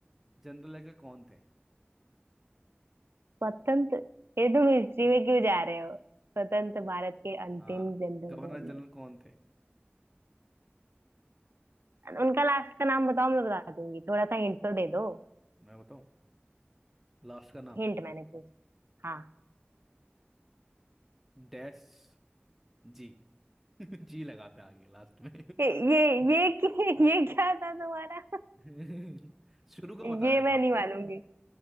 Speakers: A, in the centre; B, on the right.
A: जनरल का कौन थे
B: स्वतंत्र ये तुम हिस्ट्री में क्यों जा रहे हो स्वतंत्र भारत के अंतिम
A: हाँ
B: जनरल
A: गवर्नर
B: गवर्नर
A: जनरल कौन थे
B: उनका लास्ट का नाम बताओ मैं बता दूंगी थोड़ा सा हिंट तो दे दो
A: मैं बताऊं लास्ट का नाम
B: हिंट मैंने पूछ हाँ
A: डैश जी <laughs> जी लगाते हैं आगे लास्ट में
B: ये ये ये कि- ये क्या था तुम्हारा
A: <laughs> शुरू का बता
B: ये
A: देता
B: मैं नहीं
A: हूँ
B: मानूंगी